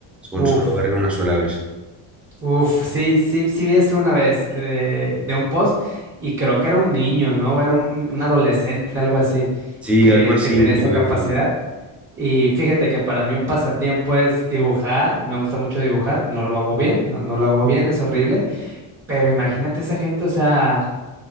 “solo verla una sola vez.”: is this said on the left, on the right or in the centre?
Centre